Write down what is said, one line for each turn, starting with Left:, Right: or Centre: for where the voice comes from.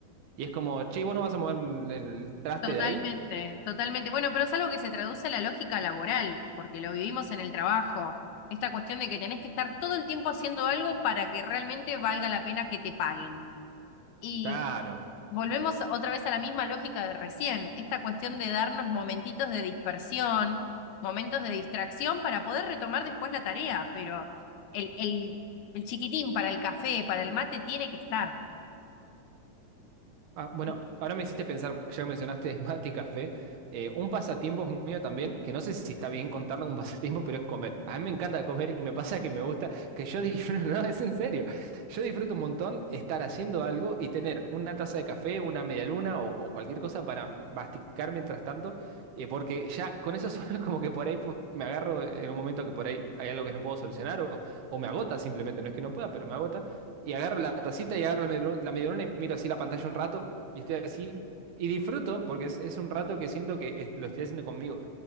Right: Y es como, che, ¿vos no vas a mover el traste
Left: Totalmente,
Right: de ahí?
Left: totalmente. Bueno, pero es algo que se traduce a la lógica laboral, porque lo vivimos en el trabajo. Esta cuestión de que tenés que estar todo el tiempo haciendo algo para que realmente valga la pena que te paguen. Y
Right: Claro.
Left: Volvemos otra vez a la misma lógica de recién, esta cuestión de darnos momentitos de dispersión, momentos de distracción para poder retomar después la tarea, pero el, el, el chiquitín para el café, para el mate, tiene que estar.
Right: Ah, bueno,
Left: <laughs>
Right: ahora me hiciste pensar, ya que mencionaste <laughs> mate y café, eh, un pasatiempo mío también, que no sé si está bien contarlo como un pasatiempo, pero es comer. A mí me encanta comer y me pasa que me gusta, que yo disfruto, <laughs> no, es en serio, yo disfruto un montón estar haciendo algo y tener una taza de café, una media luna o, o cualquier cosa para masticar mientras tanto, eh, porque ya con eso <laughs> solo es como que por ahí pu- me agarro en un momento que por ahí hay algo que no puedo solucionar o, o me agota simplemente, no es que no pueda, pero me agota. Y agarro la tacita y agarro la medialu- la medialuna y miro así la pantalla un rato y estoy así. Y disfruto porque es, es un rato que siento que es- lo estoy haciendo conmigo.